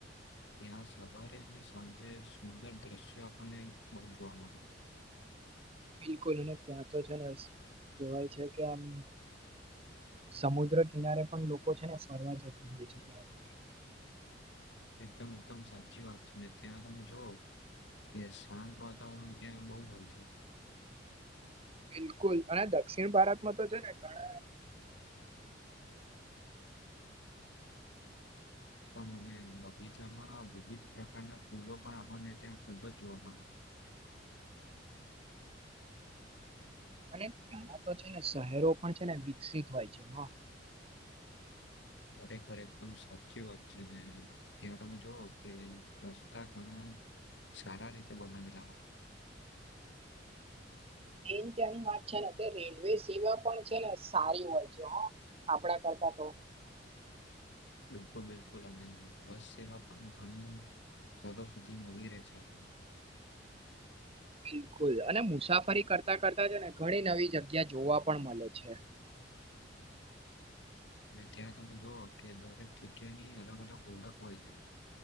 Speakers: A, on the left (about 75°); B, on the right (about 30°).
A: ત્યાં સવારે અને સાંજે સુંદર દ્રશ્ય આપને પહોચવા મણે
B: બિલકુલ અને ત્યાં તો છે ને કવાય છે કે આમ સમુદ્ર કિનારે પણ લોકો છે ને ફરવા જતા હોય છે ત્યારે
A: એકદમ એકદમ સાચી વાત છે ને ત્યાં તમે જોઓ કે શાંત વાતાવરણ ત્યાં બહુ હોય છે
B: બિલકુલ અને દક્ષિણ ભારતમાં તો છે ને ઘણા
A: તો મને બગીચામાં વિવિધ પ્રકારના ફૂલો પણ આપણને ત્યાં ખૂબ જ જોવા મળે
B: <unintelligible> <inaudible> <inaudible> અને ત્યાંના તો છે ને શહેરો પણ છે ને વિકસિત હોય છે હ
A: ખરેખર એકદમ સાચી વાત છે ત્યાં તમે જોઓ કે રસ્તા ઘણા સારા રીતે બનાવેલા હો
B: <inaudible> મેન ત્યાંની વાત છે ને તે રેલવે સેવા પણ છે ને સારી હોય છે આપણા કર થબો.
A: બિલકુલ બિલકુલ અ બસ સેવા આપ ઘણ તાલ સુધી મળી રહે છે આપણ
B: <inaudible> બિલકુલ અને મુસાફરી કરતા કરતા જ ને ઘણી નવી જગ્યા જોવા પણ મળે છે. <inaudible>
A: ને ત્યાં તમે જોુઓ કે દરેક જગ્યાની અલગ અલગ ઓળખ હોય છે.